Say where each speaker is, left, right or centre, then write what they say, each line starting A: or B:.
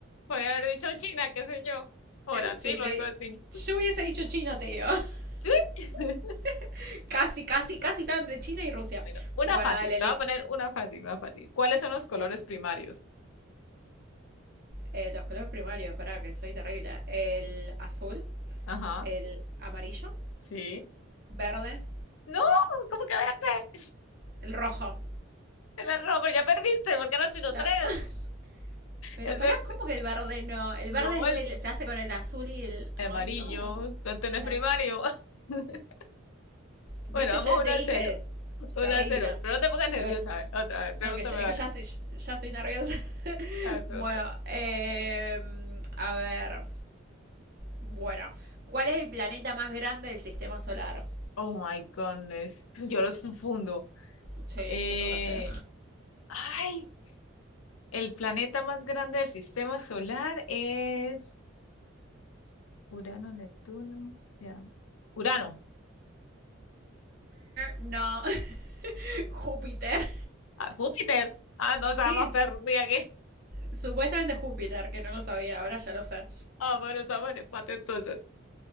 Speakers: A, on the left; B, on the right.
A: Podía haber dicho China, qué sé yo. O Brasil
B: Sí, te...
A: o algo así.
B: Yo hubiese dicho China, te digo.
A: <laughs>
B: <laughs> casi, casi, casi estaba entre China y Rusia.
A: Bueno, una
B: Bueno,
A: fácil.
B: dale,
A: Te
B: Liz.
A: voy a poner una fácil, una fácil. ¿Cuáles son los colores primarios?
B: Eh, los colores primarios, espera, que soy terrible. El azul,
A: Ajá,
B: el amarillo,
A: sí.
B: verde,
A: No, ¿cómo que verde?
B: el rojo.
A: El rojo, pero ya perdiste, porque eran sino
B: La-
A: tres.
B: <laughs> Pero
A: El
B: pará,
A: verde.
B: ¿cómo que el verde no? El
A: No,
B: verde
A: el
B: es el- se hace con el azul y el...
A: amarillo.
B: Ay, no.
A: Entonces no es
B: La-
A: primario. <laughs>
B: Viste,
A: Bueno, vamos
B: ya
A: uno
B: te dije.
A: a cero, uno
B: Terrible.
A: a cero. Pero no te pongas nerviosa,
B: Qué ver.
A: a ver, otra vez. Pregúntame
B: No, que ya, es
A: ahora.
B: que ya estoy, ya estoy nerviosa. <laughs>
A: A ver, pregúntame.
B: bueno, eh, a ver. Bueno, ¿cuál es el planeta más grande del sistema solar?
A: Oh my goodness. Yo los confundo.
B: Sí,
A: Eh,
B: yo no lo sé.
A: ay, el planeta más grande del sistema solar es Urano, Neptuno. Ya. Urano.
B: No, <laughs> Júpiter.
A: Ah, Júpiter. Ah, no, estaba
B: Sí,
A: más perdida
B: supuestamente Júpiter, que no lo sabía, ahora ya lo sé.
A: Ah, bueno, esa buena empate entonces.